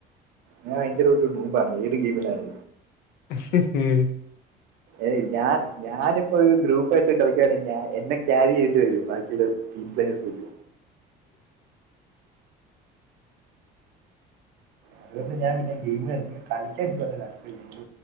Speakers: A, on the right; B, on the left.
A: ഞാൻ ഭയെങ്കെര ഒരു നൂമ്പാണ് ഏത് ഗെയ്മിലാണ്
B: ഹ് ഹ് ഹ്
A: ഏയ് ഞാൻ ഞാനിപ്പ അഹ് ഗ്രൂപ്പായിട്ട് കളിക്കാണെങ്കി ഞാ എന്നെ ക്യാരി ചെയ്യേണ്ടി വെരും ബാക്കിയുള്ളോര് ടീംപ്ലേസ് പറ്റോ? അതുകൊണ്ട് ഞാൻ പിന്നെ ഗെയിമ് കളിക്കാൻതാൽപര്യം ല്ല